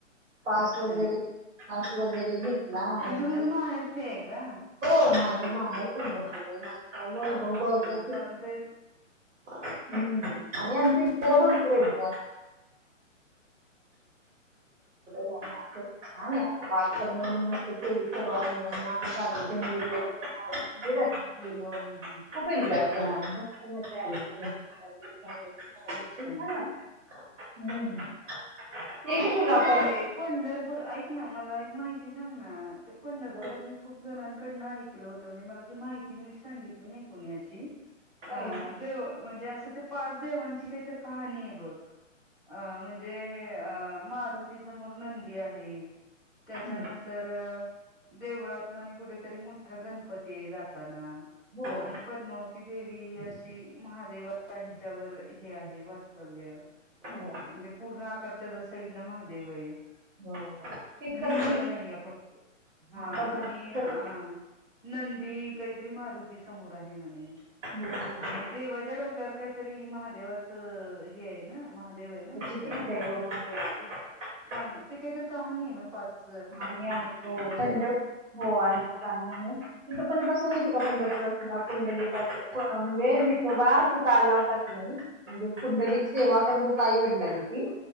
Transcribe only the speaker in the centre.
अच्छा.
म्हणजे
तुझं माहेर ते आहे का?
अच्छा
कारण ते
हं,
हं, हं, हं.
अच्छा.
ते पंढरपूर ऐक ना मला एक माहिती सांग ना ते पंढरपुरात
मी खूप जणां ड ऐकलं होत म्हणजे मला ते माहिती नीट सांगितली नाही <unintelligible>
देव म्हणजे असं ते पाचदेवांची काहीतरी कहाणी आहे बघ म्हणजे जे अ मारुती समोर नंदी आहे त्याच्यानंतर
देवळात म्हणे कुठेतरी मोठा गणपती आहे जाताना
आणि पद्मावती देवी ही अशी महादेवा ह्याच्यावर हे आहे वास्तव्य
म्हणजे पूर्ण आकार त्याच्या साईडने महादेव आहे
लिंग
नाहीय फक्त हा
आणि अ
नंदी काहीतरी मारुती समोर आहे म्हणे
आणि देवाच्या डोक्यावर काहीतरी महादेवाचं हे आहे ना महादेव आहे ना डोक्या
पण ते काहीतरी कहाणी आहे ना पाच
देवांची.